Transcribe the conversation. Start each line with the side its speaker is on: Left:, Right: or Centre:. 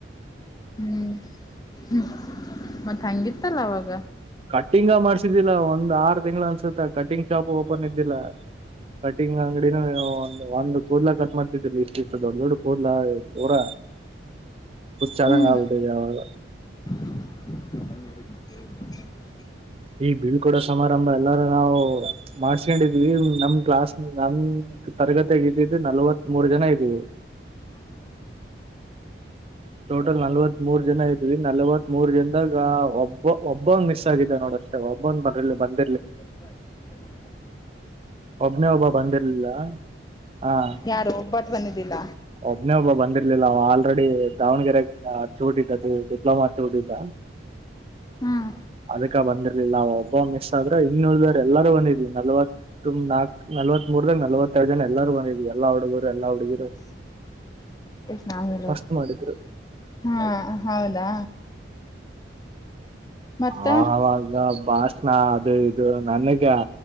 Left: ಹ್ಮ್ ಹ್ಮ್ ಮತ್ತೆ ಹಂಗಿತ್ತಲ್ಲ ಅವಾಗ
Right: ಕಟ್ಟಿಂಗ ಮಾಡ್ಸಿದ್ದಿಲ್ಲ ಒಂದ್ ಆರು ತಿಂಗಗಳ ಅನ್ಸುತ್ತ ಕಟ್ಟಿಂಗ್ ಶಾಪ್ ಓಪನ್ ಇದ್ದಿಲ್ಲ ಕಟಿಂಗ್ ಅಂಗಡಿನ ಒ ಒಂದು ಕೂರ್ಲಾ ಕಟ್ ಮಾಡ್ತಿದೀಲಿ ಇಷ್ಟು ಇಷ್ಟ ದೊಡ್ಡ ದೊಡ್ಡ ಕೂರ್ಲಾ ಪೂರ ಚಲಂಗ
Left: ಹ್ಮ್
Right: ಆಬಟದೆಾಗ
Left: <inaudible>
Right: ಈ ಬೀಳ್ಕೂಡ ಸಮಾರಂಭ ಎಲ್ಲಾರು ನಾವು ಮಾಡ್ಸ್ಕೊಂಡಿದೀವಿ ನಮ ಕ್ಲಾಸ್ ನಮ ತರಗತಿಗ ಇದ್ದಿದ್ದು ನಲ್ವತ್ತ್ ಮೂರ್ ಜನ ಇದೀವಿ
Left: <inaudible>
Right: ಟೋಟಲ್ ನಲ್ವತ್ತ್ ಮೂರ್ ಜನ ಇದ್ವಿ ನಲ್ವತ್ ಮೂರ್ ಜನದಾಗ ಒಬ್ಬ ಒಬ್ಬ್ ಮಿಸ್ ಆಗಿದ್ದ ನೋಡ ಅಷ್ಟೆ ಒಬ್ಬಂದ ಬ ಬಂದ
Left: ಸ ಮ
Right: ಒಬ್ನೇ ಒಬ್ಬ ಬಂದಿರ್ಲಿಲ್ಲ ಹ
Left: ಯಾರು <unintelligible> ಒಬ್ಬತ್ ಬಂದಿದ್ದಿಲ್ಲ
Right: ಒಬ್ನೇ ಒಬ್ಬ ಬಂದಿರ್ಲಿಲ್ಲ ಅವ ಆಲ್ರೆಡಿ ದಾವಣಗೆರೆ ಚೂಟ ಇದ್ದದ್ದ <unintelligible> <inaudible>
Left: ಹ್ಮ್
Right: ಅದಕ್ಕ ಬಂದಿರ್ಲಿಲ್ಲ ಒಬ್ಬ ಮಿಸ್ ಆದ್ರ ಇನ್ನು ಉಳಿದ ಎಲ್ಲಾರೂ ಬಂದಿದ್ವಿ ನಲ್ವತ್ತು ನಾಕು <unintelligible> ನಲ್ವತ್ ಮೂರ್ ದನ ನಲವತ್ತೆರಡು ಜನ ಎಲ್ಲಾರೂ ಬಂದಿದ್ ಎಲ್ಲ ಹುಡುಗರು ಎಲ್ಲ ಹುಡುಗಿರು
Left: <inaudible> ಎಷ್ಟು ನಾನೂರು
Right: ಮಸ್ತ್ ಮಾಡಿದ್ರು
Left: ಹಾ ಹೌದಾ ಮತ್ತ
Right: ಆ ಅವವಾಗ ಭಾಷಣ ಅದು ಇದು ನನ್ಗ <unintelligible>